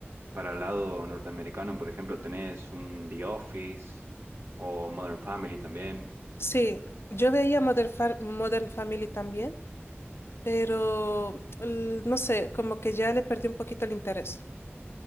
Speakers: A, on the right (about 65°); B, on the left (about 65°).
A: para el lado norteamericano, por ejemplo, tenés un The Office o Modern Family también.
B: Sí, yo veía Modern, Fa- Modern Family también, pero l- no sé, como que ya le perdí un poquito el interés.